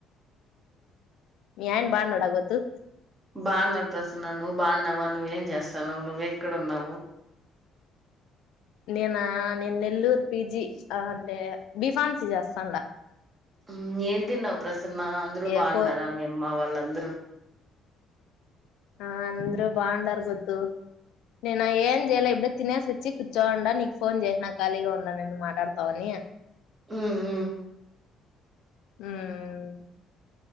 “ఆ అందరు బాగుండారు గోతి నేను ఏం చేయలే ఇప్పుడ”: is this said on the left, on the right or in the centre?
Left